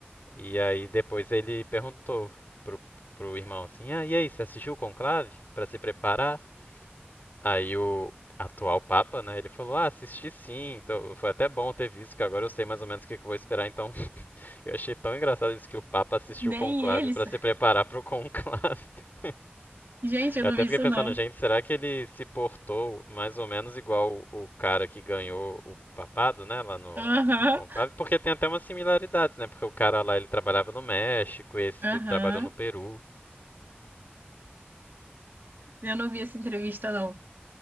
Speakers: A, on the left (about 50°); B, on the right (about 55°).
A: E aí depois ele perguntou pro, pro irmão assim, ah, e aí, você assistiu o conclave? Pra se preparar? Aí o atual Papa, né, ele falou, ah, assisti sim, então foi até bom ter visto, que agora eu sei mais ou menos o que, que eu vou esperar, então <laughs> eu achei tão engraçado isso que o Papa assistiu
B: Nem
A: o conclave
B: eles.
A: para se preparar para o conclave. <laughs>
B: Gente, eu
A: Eu
B: não
A: até
B: vi
A: fiquei
B: isso,
A: pensando,
B: não.
A: gente, será que ele se portou mais ou menos igual o, o cara que ganhou o papado, né, lá no,
B: Aham.
A: no conclave? Porque tem até umas similaridades, né, porque o cara lá, ele trabalhava no México, esse
B: Aham.
A: trabalhou no Peru.
B: Eu não vi essa entrevista, não.